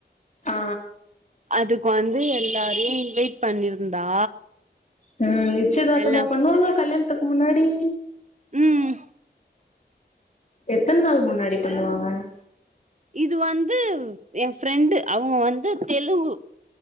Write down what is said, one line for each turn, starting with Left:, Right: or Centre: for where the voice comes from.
Left: ஆ
Right: அதுக்கு வந்து எல் எல்லாரையும் இன்வைட் பண்ணிருந்தா
Left: உஹம் நிச்சயதார்த்தமா
Right: எல்லா
Left: பண்ணுவாங்க கல்யாணத்துக்கு முன்னாடி
Right: உம்
Left: எத்தனை நாள் முன்னாடி பண்ணுவாங்க கும்
Right: இது வந்து என் ஃப்ரெண்டு அவங்க வந்து தெலுங்கு